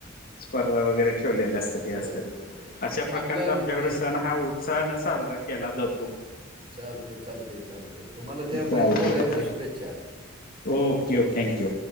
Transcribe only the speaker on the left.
स्पर्धा वगैरे ठेवलेल्या असतात ते असतात.
अशा
प्रकारचा
आमच्याकडे,
सण हा उत्साह न साजरा केला जतो.
चालते
चालते
ओके ओ थँक्यू